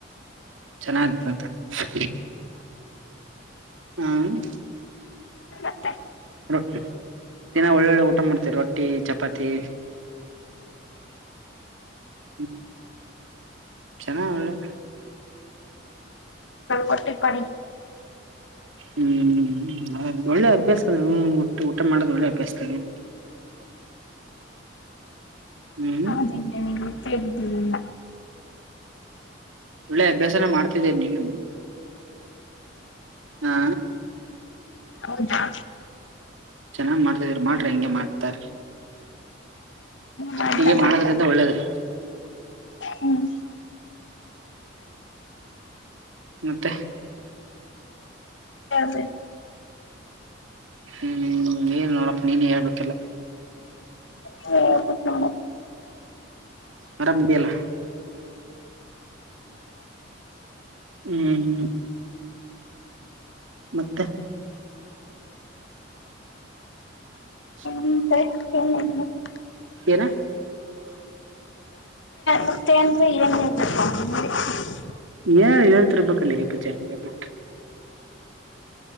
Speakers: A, on the right (about 85°); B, on the left (about 75°).
A: ಚೆನ್ನಾಗಿ ಮಾತಾಡೋದು ಹ್ಮ್
B: ಮತ್ತೆ
A: ರೊಟ್ಟಿ ದಿನ ಒಳ್ಳೊಳ್ಳೆ ಊಟ ಮಾಡ್ತೇವಿ ರೊಟ್ಟಿ ಚಪಾತಿ ಹ್ಮ್ ಚೆನ್ನಾಗ ಒಳ್ಳೆ
B: ಹೊಟ್ಟೆ ಪಾಡಿಗೆ
A: ಹ್ಮ್ ಒಳ್ಳೆ ಅಭ್ಯಾಸ ಅದ ಊ ಊಟ ಮಾಡೋದು ಒಳ್ಳೆ ಅಭ್ಯಾಸ ಅದೆ ಹ್ಞ......
B: ಹ ಮತ್ತೆ ಇದ್ದಿಲ್ಲ
A: ಒಳ್ಳೆ ಅಭ್ಯಾಸನ ಮಾಡ್ತಿದ್ದೀ ನೀಗನು ಹಾ
B: ಹೌದಾ
A: ಚೆನ್ನಾಗ ಮಾಡ್ತಿದಿ ಮಾಡ್ರಿ ಹ ಹೆಂಗೆ ಮಾಡ್ತಾರ
B: ಮಾಡ್ತಾ
A: ಹೀಗೆ ಮಾಡೋದಕ್ಕಿಂತ
B: ಮಾಡ್ತಾ
A: ಒಳ್ಳೇದು
B: ಹ್ಮ್
A: ಮತ್ತೆ
B: ದು
A: ಹ್ಮ್ ಏನ್ ನೋಡಪ್ಪ ನೀನ್ ಹೇಳ್ಬೇಕಿಲ್ಲ
B: ಹ್ಮ ಹ್ಮ
A: ಆರಾಮ್ ಇದಿದೆಯಲ್ಲ ಹ್ಮ್ ಮತ್ತೆ ಹೂ
B: ಹ
A: ಏನ
B: ಮತ್ತೆ ಅಂದ್ರೆ ಇವನ್ ಹೇಳ್ಬೇಕ
A: ಏ ಹೇಳ್ತಿರ್ಬೇಕಲ್ಲ ಏ ಪುಚೆ ಬಿ